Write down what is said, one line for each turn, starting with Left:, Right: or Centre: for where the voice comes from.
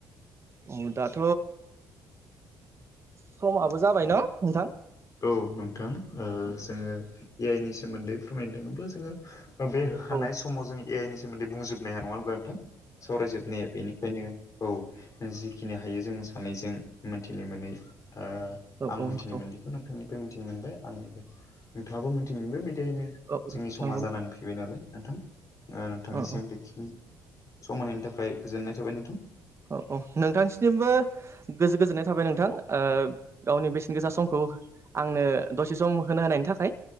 Right: औ दाथ समाबो जाबाय न नोंथां
Left: औ नोंथां जोङो ओ ए आइ नि सोमोन्दै फोरमायनो थाङोब्ला जोङो बे होखानाय
Right: औ
Left: समाव जों ए आइ नि सोमोन्दै बुंजोबनो हाया नङा होनबा नोंथां सावरायजोबनो हाया बेनिखायनो औ जिखिनि हायो जों सानैनायजों मोनथिनो मोनै ओ
Right: औ
Left: आं
Right: औ
Left: मोनथिनो
Right: नंगौ
Left: मोनि खौ नोंथांनिफ्राय मिथिनो मोनबाय आंनिफ्राय नोंथाङाबो मिथिनो मोनबाय बिदिहायनो
Right: औ
Left: जोंनि समाज
Right: नंगौ
Left: जानानै फै फैबाय नालाय नोंथां नोंथांनिसिम
Right: औ
Left: बेखिनि समायनि थाखाय गोजोननाय थाबाय नोंथां
Right: औ औ नोंथांसिमबो गोजो गोजोननाय थाबाय नोंथां गावनि बेसेन गोसा समखौ आंनो दसे सम होनो होनायनि थाखाय